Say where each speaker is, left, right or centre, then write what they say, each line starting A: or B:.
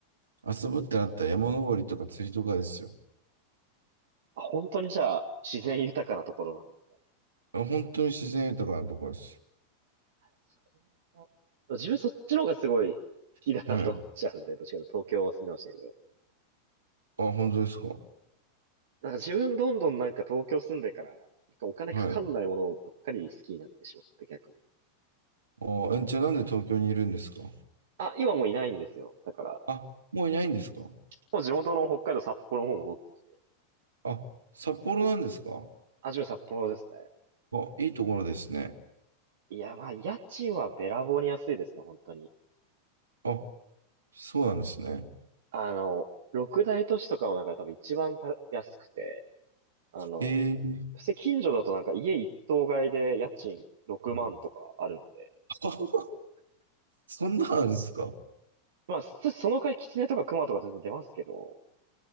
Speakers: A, on the right (about 75°); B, on the right (about 55°).
A: 遊ぶってなったら山登りとか釣りとかですよ。
B: あ、本当にじゃあ、自然豊かなところなんだ。
A: あ本当に自然豊かなところです。
B: それもまた自分そっちの方がすごい好きだなと思っちゃうんで、
A: はい。
B: どっちかというと東京を住んでましたけど。
A: あ、本当ですか。
B: なんか自分どんどんなんか東京住んでから、なんかお金かかんないものばっかり好きになってしまって逆に。
A: はい。あ、えじゃあなんで東京にいるんですか
B: あ、今もういないんですよ。だから、
A: あ、もういないんですか
B: もう地元の北海道札幌の方戻ってきて。
A: あ、札幌なんですか
B: あ、自分札幌ですね。
A: あ、いいところですね。
B: いや、まあ、家賃はべらぼうに安いですね、本当に。
A: あ、そうなんですね。
B: あの、六大都市とかの中で多分一番た安くて、あの、
A: えー、
B: 普通近所だとなんか家一棟買いで家賃6万とかあるんで、
A: はい <laughs> そんなんあるんですか
B: まあ、そその代わりキツネとかクマとか全然出ますけど、